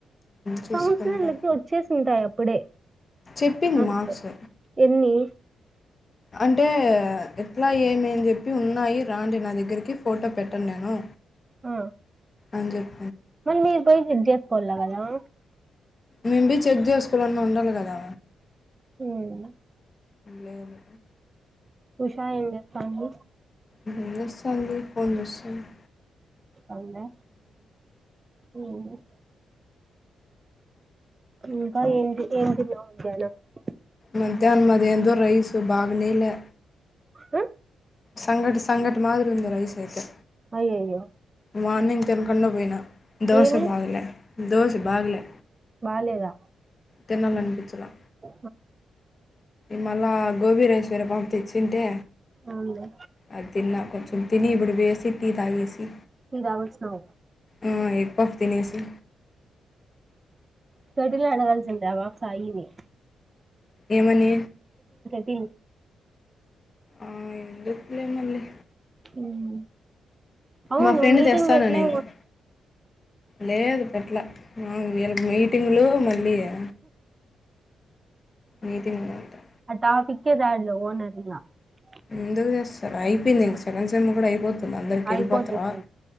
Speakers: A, on the left; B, on the right.
A: చూసుకుంటా
B: కౌన్సిలర్లకి వచ్చేసి ఉంటాయి అప్పుడే
A: చెప్పింది
B: మార్కుసు
A: మార్క్స్
B: ఎన్ని
A: అంటే ఎట్లా ఏమేన్ చెప్పి ఉన్నాయి రాండి నా దగ్గరికి ఫోటో పెట్టన్ నేను
B: ఆ
A: అన్ జెప్
B: మరి మీరు <unintelligible> జక్ పొల్లగదా
A: మేమ్ బి చెక్ చేసుకోవాలన్నా ఉండాలి కదా
B: ఉమ్
A: లేదు
B: ఉషా ఏం జేతంది
A: ఏం జేస్తంది ఫోన్ జుస్తంది
B: అన్నా అవుంద ఊ ఇంక ఏంటి ఏం తిన్నావ్ ద్యానం <unintelligible>
A: మధ్యాహ్నం మదేంద్ ఇదిగో రైస్ బాగనీలే
B: అ
A: సంగటి సంగటి మాదిరి ఉంది రైస్ అయితే
B: అయ్యయ్యో
A: మార్నింగ్ తినకుండా పొయినా దోస
B: ఏమి
A: బాగలే దోస బాగలే
B: బాలేదా
A: తినాలనిపించల
B: ఆ
A: మళ్ళగోబీ రైస్ వేరే పాప తెచ్చింటే
B: అవునులే
A: అది తిన్న కొంచెం తిని ఇపుడు వేసి టీ తాగేసి
B: టీ దాగొచ్చినవ్
A: ఆ ఎగ్ పఫ్ తినేసి
B: సాటిలే ఆడ గలిసి అందావ సాయిని
A: ఏమని
B: టీ
A: ఆ ఎందుకులే మళ్ళీ
B: ఊమ్ అవును
A: మా ఫ్రెండ్
B: మీటింగ్
A: తెస్తాననింది
B: బెట్లే
A: లేదు పెట్టల ఆ వీళ్ళకు మీటింగులు మీయా నీతి <unintelligible>
B: <unintelligible>
A: ఎందుకు చేస్తారు అయిపోయింది ఇంక సెకండ్ సేమ్ కూడా అయిపోతు అందరికీ
B: అయిపోతుంది
A: వెళ్ళిపోతారా